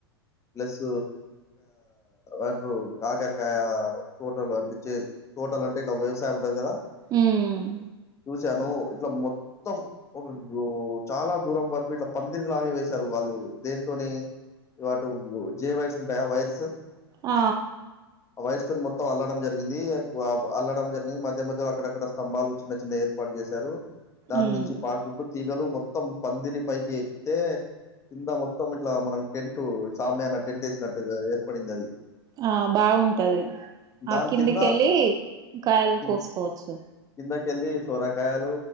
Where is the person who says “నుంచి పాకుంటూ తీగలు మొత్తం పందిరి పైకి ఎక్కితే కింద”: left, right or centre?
Left